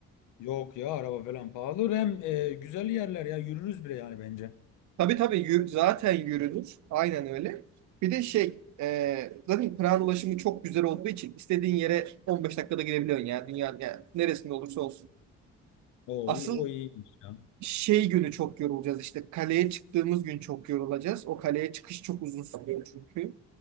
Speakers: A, on the left; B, on the right.
A: Yok ya araba falan pahalı. Hem e, güzel yerler ya yürürüz bile yani bence.
B: Tabii tabii yür- zaten yürünür. Aynen öyle. Bir de şey e, zaten tren ulaşımı çok güzel olduğu için istediğin yere 15 dakikada gidebiliyorsun ya. Dünyanın yani neresinde olursa olsun.
A: O
B: Asıl
A: iyi, o iyiymiş ya.
B: şey günü çok yorulacağız işte. Kaleye çıktığımız gün çok yorulacağız. O kaleye çıkış çok uzun sürüyor çünkü.